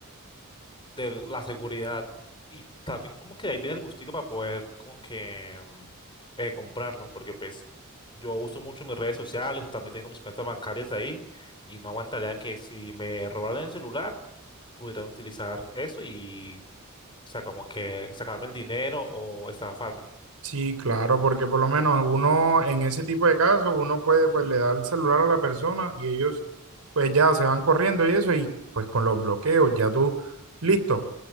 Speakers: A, on the left; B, on the right.
A: de la seguridad y también como que de ahí viene el gustico para poder como que mm, eh, comprarlo, porque pues yo uso mucho mis redes sociales, también tengo mis cuentas bancarias ahí y no aguantaría que si me robaran el celular pudieran utilizar eso y o sea, como que sacarme el dinero o estafarme.
B: Sí, claro, porque por lo menos uno en ese tipo de casos, uno puede, pues le da el celular a la persona y ellos pues ya se van corriendo y eso, y pues con los bloqueos, ya tú, listo,